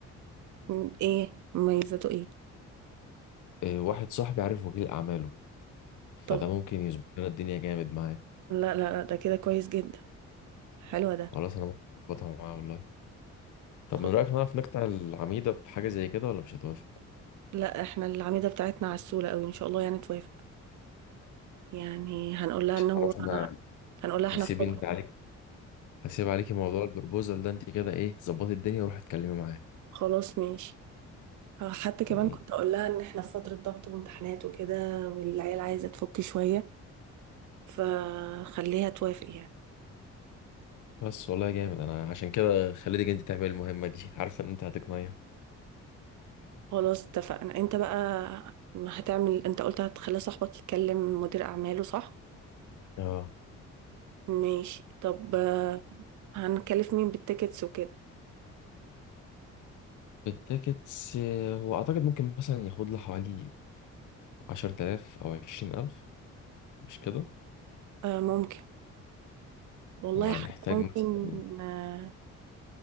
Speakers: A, on the right; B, on the left.
A: م- ايه مميزاته ايه
B: إيه، واحد صاحبي عارف وكيل اعماله فده
A: طب
B: ممكن يظبط لنا الدنيا جامد معاه
A: لا لا لا ده كده كويس جدا حلوة ده
B: خلاص انا ممكن اظبطها معاه والله طب
A: خ-
B: من رايك نعرف نقطع العميده بحاجه زي كده ولا مش هتوافق
A: لا احنا العميدة بتاعتنا عسولة قوي ان شاء الله يعني توافق يعني هنقول لها ان هو
B: خلاص انا
A: هنقول لها احنا
B: هسيب
A: في فترة
B: انت عليك هسيب عليكي موضوع البروبوزال ده انت كده ايه ظبطي الدنيا وروحي اتكلمي معاه
A: خلاص ماشي آه، حتى كمان
B: ايه
A: كنت اقول لها ان احنا في فترة ضغط وامتحانات وكده والعيال عايزة تفك شوية فخليها توافق يعني
B: بس والله جامد انا عشان كده خليتك انت تعملي المهمه دي <laughs> عارفه ان انت هتقنعيها
A: خلاص اتفقنا انت بقى هتعمل انت قلت هتخلي صاحبك يتكلم مدير اعماله صح
B: اه
A: ماشي طب آه، هنكلف مين بالتيكتس وكده
B: التيكتس آه، هو اعتقد ممكن مثلا ياخد له حوالي 10000 او 20000 مش كده
A: آه ممكن والله
B: وهنحتاج
A: حتى ممكن
B: مثلا
A: آه